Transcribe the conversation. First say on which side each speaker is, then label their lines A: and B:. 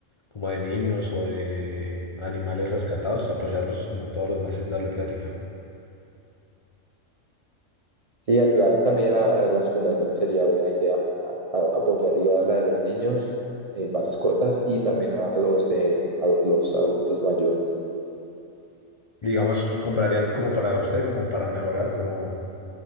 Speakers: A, on the left; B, on the right.
A: como de niños o de animales rescatados, apoyarlos como todos los meses, darle plática.
B: Sí, ayudar también a, a las fundaciones sería buena idea. A- a- apoyaría a la de los niños, eh, mascotas y también a los de a los adultos mayores.
A: Y digamos, compraría algo como para usted, como para mejorar, como,